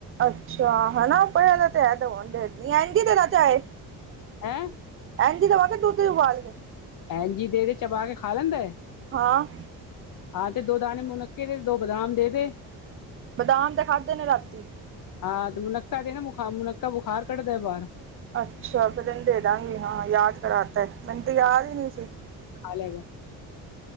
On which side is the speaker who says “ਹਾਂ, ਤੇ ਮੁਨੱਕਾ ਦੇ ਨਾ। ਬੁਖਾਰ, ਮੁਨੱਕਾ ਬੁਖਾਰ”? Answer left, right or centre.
Left